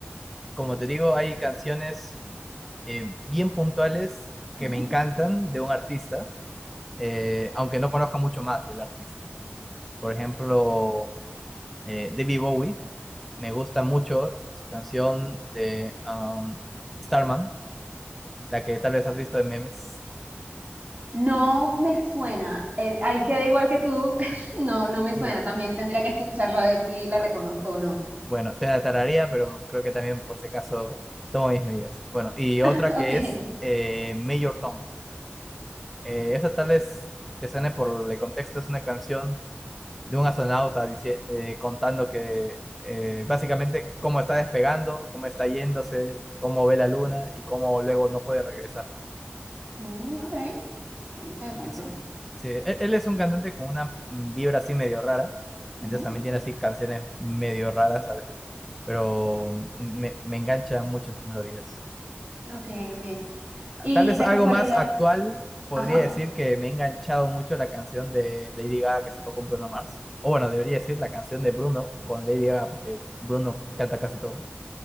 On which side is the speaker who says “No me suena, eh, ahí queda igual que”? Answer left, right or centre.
Right